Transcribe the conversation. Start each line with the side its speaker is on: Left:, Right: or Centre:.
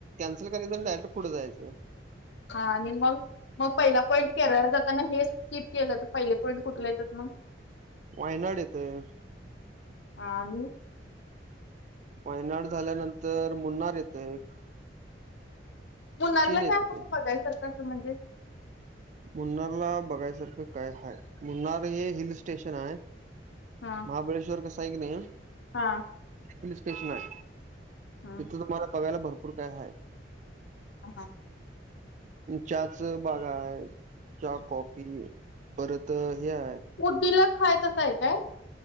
Right: एक बघितलं की पुढे जायचं.
Left: हां आणि मंग. मंग पहिला पॉईंट केरळंला जातांना हे स्किप केलं जातं पहिले पॉईंट कुंठला येतांत मंग?
Right: वायनांड येतंय.
Left: हां
Right: पैनाड झाल्यानंतर मुनांर येतं एक.
Left: मुनांरला
Right: येतंय
Left: कायं असतं बघायचं सारखं म्हणजे?
Right: मुनांरला बघायसांरखं कायं हायं मुनांर हे हिल स्टेशन आहे.
Left: हा
Right: महाबळेश्वर कसां आहे नाहीं
Left: हा
Right: हिल स्टेशन आहे.
Left: हा
Right: तिथे तुम्हांला बघायलां भरंपूर कायं आहे.
Left: हम्मं
Right: चहाची बघां आहे. चहा कॉफी परंत हे आहे.
Left: उड्डीला खायचं असं आहे कायं